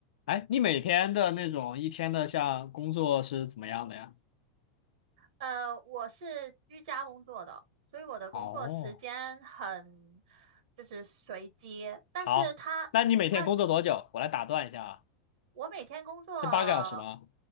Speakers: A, on the left; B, on the right.
A: 哎，你每天的那种一天的像工作是怎么样的呀？
B: 呃，我是居家工作的，所以我的工作时间很
A: 哦，
B: 就是随机，但是他他
A: 好，那你每天工作多久？我来打断一下啊，
B: 我每天工作，
A: 是八个小时吗？